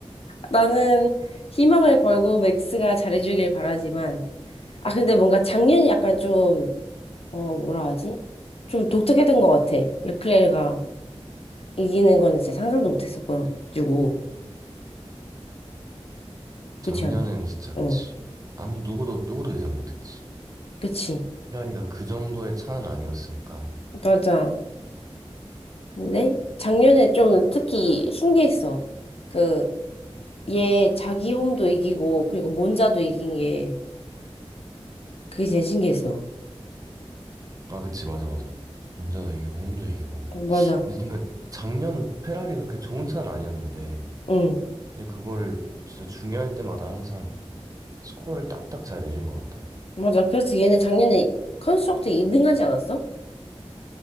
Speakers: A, on the left; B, on the right.
A: 나는 희망을 걸고 맥스가 잘해주길 바라지만. 아, 근데 뭔가 작년이 약간 좀, 어, 뭐라 하지? 좀 독특했던 것 같아. 르클레르가 이기는 거는 진짜 상상도 못 했었가지고. 그렇지
B: 작년엔
A: 않아?
B: 진짜
A: 어,
B: 그치. 아무 누구도 누구도 예상 못했지.
A: 그치.
B: 페라리가 그 정도의 차는 아니었으니까.
A: 맞아. 근데 작년에 좀 특히 신기했어. 그, 얘 자기 홈도 이기고, 그리고 몬자도 이긴 게, 그게 제일 신기했어.
B: 아 그치 맞아 맞아. 혼자도 이기고 홈도 이기고.
A: 어, 맞아.
B: 근데 그러니까 작년 페라리 그렇게 좋은 차는 아니었는데
A: 응.
B: 근데 그거를 진짜 중요할 때마다 항상 스코어를 딱딱 잘 내준 것 같아.
A: 맞아. 그래서 얘는 작년에 컨스트럭트 2등 하지 않았어?